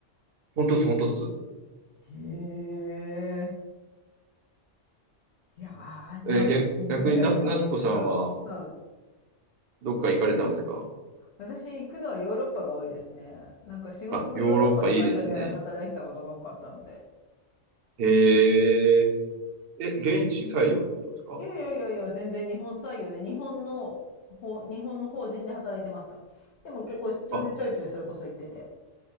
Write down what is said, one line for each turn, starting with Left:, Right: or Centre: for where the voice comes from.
Right: 本当っす、本当っす。
Left: へえ。いやー、にわかに信じがたいな。
Right: えー逆逆にな、なつこさんは
Left: うん、うん。
Right: どっか行かれたんですか
Left: 私行くのはヨーロッパが多いですね。なんか仕事もヨーロッパの会社で働いてたことが多かったので。
Right: あ、ヨーロッパいいですね。へえ。え、現地採用ってことですか
Left: いやいやいやいや、全然日本採用で、日本の、ほ、日本の法人で働いてました。でも結構出張でちょいちょいそれこそ行ってて。
Right: あ、